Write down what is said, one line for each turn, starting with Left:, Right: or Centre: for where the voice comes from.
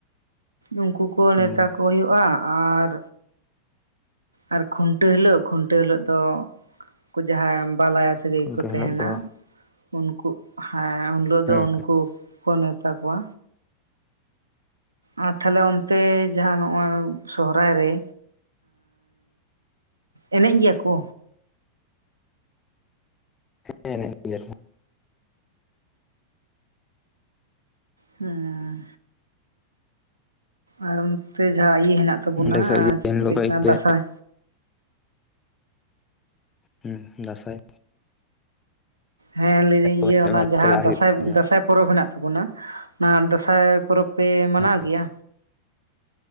Right: ᱩᱱᱠᱩ ᱠᱚ ᱱᱮᱣᱛᱟ
Left: ᱦᱩᱸ
Right: ᱠᱚ ᱦᱩᱭᱩᱜᱼᱟ ᱟᱨ ᱟᱨ ᱠᱷᱩᱱᱴᱟᱹᱣ ᱦᱤᱞᱳ ᱠᱷᱩᱱᱴᱟᱹᱣ ᱦᱤᱞᱳ ᱫᱚ ᱡᱟᱦᱟᱸᱭ ᱵᱟᱞᱟᱭᱟ ᱥᱟᱹᱜᱟᱹᱭ
Left: ᱚᱱᱠᱟ
Right: ᱠᱚ ᱛᱟᱦᱮᱱᱟ
Left: ᱦᱤᱞᱳᱜ ᱫᱚ
Right: ᱩᱱᱠᱩ ᱦᱮᱸ ᱩᱱ ᱦᱤᱞᱳ ᱫᱚ
Left: ᱦᱮᱸ
Right: ᱩᱱᱠᱩ ᱠᱚ ᱱᱮᱛᱟ ᱠᱚᱣᱟ ᱟᱨ ᱛᱟᱦᱚᱞᱮ ᱚᱱᱛᱮ ᱡᱟᱦᱟᱸ ᱱᱚᱜ-ᱚᱭ ᱥᱚᱦᱨᱟᱭ ᱨᱮ ᱮᱱᱮᱡ ᱜᱮᱭᱟ ᱠᱚ
Left: ᱦᱮᱸ ᱮᱱᱮᱡ ᱜᱮᱭᱟ ᱠᱚ
Right: ᱦᱩᱸ ᱟᱨ ᱱᱚᱛᱮ ᱡᱟᱦᱟᱸ ᱤᱭᱟᱹ ᱦᱮᱱᱟᱜ ᱛᱟᱵᱚᱱᱟ
Left: ᱚᱸᱰᱮ ᱠᱷᱚᱡ ᱜᱮ
Right: ᱪᱮᱫ
Left: ᱮᱱ
Right: ᱠᱚ
Left: ᱦᱤᱞᱳᱜ
Right: ᱞᱟᱹᱭ
Left: ᱠᱷᱚᱡ
Right: ᱠᱟᱱᱟ
Left: ᱜᱮ
Right: ᱫᱟᱸᱥᱟᱭ
Left: ᱦᱩᱸ ᱫᱟᱸᱥᱟᱭ
Right: ᱦᱮᱸ ᱞᱟᱹᱭᱫᱟᱹᱧ
Left: ᱛᱚ
Right: ᱤᱭᱟᱹ ᱚᱱᱟ
Left: ᱮᱢᱟ
Right: ᱡᱟᱦᱟᱸ
Left: ᱪᱟᱞᱟᱜ ᱦᱩᱭᱩᱜ
Right: ᱫᱟᱸᱥᱟᱭ
Left: ᱜᱮᱭᱟ
Right: ᱫᱟᱸᱥᱟᱭ ᱯᱚᱨᱚᱵᱽ ᱦᱮᱱᱟᱜ ᱛᱟᱵᱚᱱᱟ ᱚᱱᱟ ᱫᱟᱸᱥᱟᱭ ᱯᱚᱨᱚᱵᱽ ᱯᱮ ᱢᱟᱱᱟᱣ
Left: ᱦᱮᱸ
Right: ᱜᱮᱭᱟ